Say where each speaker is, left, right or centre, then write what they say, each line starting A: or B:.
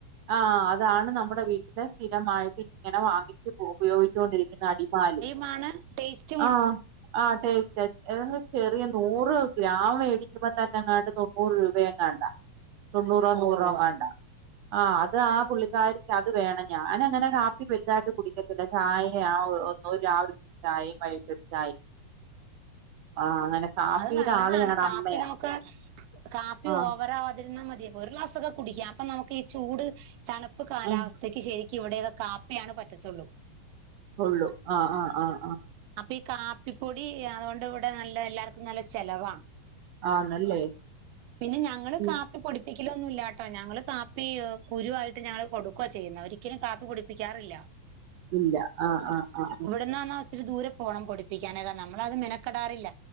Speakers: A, on the right; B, on the right.
A: ആഹ് അതാണ് നമ്മടെ വീട്ടില് സ്ഥിരമായിട്ട് ഇങ്ങനെ വാങ്ങിച്ച് ഉപയോഗിച്ചോണ്ടിരിക്കുന്ന അടിമാലി
B: മണം ടേസ്റ്റ്
A: ആഹ് ആഹ് ടേസ്റ്റ്റ്റ് ഏതാണ്ട് ചെറിയ നൂറ് ഗ്രാം മേടിക്കുമ്പോ തന്നെ എങ്ങാണ്ട്‌ തൊണ്ണൂറ് രൂപയെങ്ങാണ്ടാ തൊണ്ണൂറോ
B: ഉവ്വ
A: നൂറോങ്ങാണ്ടാ
B: ഉവ്വ
A: ആഹ് അത് ആ പുള്ളിക്കാരിക്ക് അത് വേണം ഞാനങ്ങനെ കാപ്പി വലുതായിട്ട് കുടിക്കത്തില്ല ചായെ ആ ഒ രു രാവിൽത്തെ ചായയും വൈകിട്ടത്തെ ചായിം ആഹ് അങ്ങനെ കാപ്പിയുടെ
B: അത് നല്ലതാണ്
A: ആള് ഞങ്ങടെ
B: കാപ്പി
A: അമ്മയാ
B: നമുക്ക് കാപ്പി
A: ആഹ്
B: ഓവറാ വാതിരുന്നാ മതി ഒരു ക്ലാസ് ക്കൊ കുടിക്കാം അപ്പം നമുക്ക് ഈ ചൂട് തണ്പ്പ് കാലാവ
A: ആഹ്
B: സ്ഥക്ക് ശരിക്ക് ഇവിടേ കാപ്പിയാണ് പറ്റത്തൊള്ളൂ
A: ഒള്ളു ആഹ് ആഹ് ആഹ് ആഹ്
B: അപ്പൊ ഈ കാപ്പിപ്പൊടി അതുകൊണ്ട് ഇവിടെ നല്ല എല്ലാർക്കും നല്ല ചെലവാ
A: ആന്നല്ലേ
B: പിന്നെ ഞങ്ങള്
A: ഉം
B: കാപ്പി പൊടി പൊടിക്കലൊന്നും ഇല്ലാട്ടോ ഞങ്ങള് കാപ്പി കുരുവായിട്ട് ഞങ്ങള് കൊടുക്കുവാ ചെയ്യുന്നെ ഒരിക്കലും കാപ്പി പൊടിപ്പിക്കാറില്ല
A: ഇല്ല ആഹ് ആഹ് ആഹ് ആഹ്
B: ഇവിടുന്നാണോ ഇച്ചിരി ദൂരെ പോണം പൊടിപ്പിക്കാന് അത് ക്കാരണം നമ്മള് അത് മെനക്കെടാറില്ല